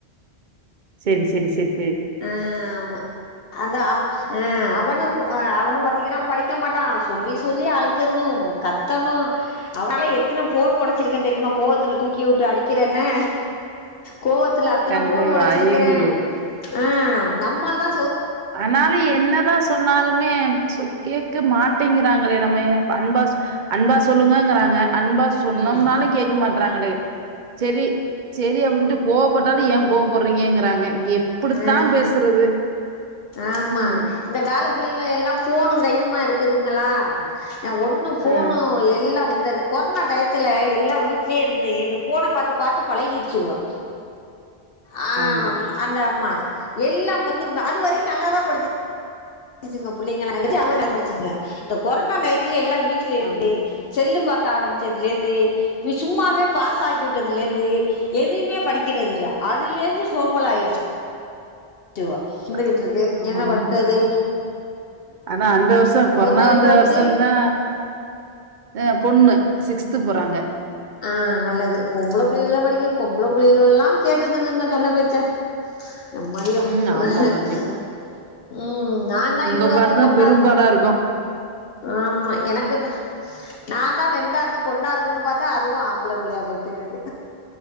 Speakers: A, on the right (about 50°); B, on the left (about 65°).
A: செரி செரி செரி
B: ஆ ஆமா அந்த அவ் ஆ அவனு அ அவனும் பாத்தி ங்னா படிக்க மாட்டா சொல்லி சொல்லி அழுதர்ணு கத்தணு அவனால எத்தன ஃபோன் ஒடச்சிருக்கே தெரியுமா கோவத்துல தூக்கி வுட்டு அடிக்கிறன்னு கோவத்துல அத்தன
A: கண்டிப்பா.
B: ஃபோனு ஒடச்சிருக்கறே
A: ஐயய்யோ!
B: ஆ நம்மால்தா
A: ஆனாலு என்னதா சொன்னாலுமே சொ கேக்க மாட்டிங்கிறாங்களே நம்ம அன்பாஸ் அன்பாஸ் சொல்லுங்க ங்றாங்க அன்பா சொன்னொம்னாலு
B: ம்
A: கேக்க மாட்றாங்களே செரி செரி அப்புன்ட்டு கோவப்பட்டாலு ஏன் கோ பட்றீங்க ங்றாங்க எப் ப்புடித்தா
B: ஆ
A: பேசுறது
B: ஆமா
A: ம்.
B: இந்த கால புள்ளைங்க எல்லா ஃபோனுங் கையுமாருக்கு குதுங்ளா ஆ ஒன்னு ஃபோனு
A: அ
B: எல்லா இந்தது கொர்னா டையத்துல எல்லா வீட்லே இருந்து இந்த ஃபோன பாத்து பாத்து பழகிருச்சுவோ ஆ
A: ஆமா,
B: அந்த மா எல்லாம் வந்து அது வரையு நல்லாதா படிச்சு ச்சுங்க புள்ளைங்கலா <unintelligible> நல்லா படிச்சு ங்க இந்த கொர்னா டை ல எல்லா வீட்ல இருந்து
A: ஆமா,
B: செல்லு பாக் ஆரம்பிச்சதுலேந்து வி சும்மாவே பாஸ் ஆக்கிவுட்டதுலேந்து எதைமே படிக்கிறதில்ல அதுல்யே சோம்பலாயிர்ச்சு ட்டுவா ந்துகுட்ருக்கு
A: அ
B: என்ன
A: ஆமா.
B: பண்ட்டது
A: ஆனா அந்த வருஷ கொரோனா
B: பைய
A: வந்த
B: டுவெல்த்து
A: வருஷந்தா <unintelligible> பொண்ணு சிக்ஸ்த்து போறாங்க
B: ஆ நல்லது பொம்பள புள்ள எல்லா படிக்க பொம்பள புள்ளிகளல்லா கேக்குதுங்கங்க சொன்ன பேச்ச எம்மாடியோ
A: ம்
B: <unintelligible>
A: ஆமா கண்டிப்பா.
B: ம் நா தா
A: உங்க
B: இதுவாச்சு
A: பாடு தான்
B: பொண்ணாருக்ணு
A: பெரும்பாடா இருக்கும்.
B: ஆமா எனக்கு தா நா தா ரெண்டாது பொண்ணாருக் குனு பாத்தா அதுவு ஆம்பள பிள்ளையா போயிட்டு எனக்கு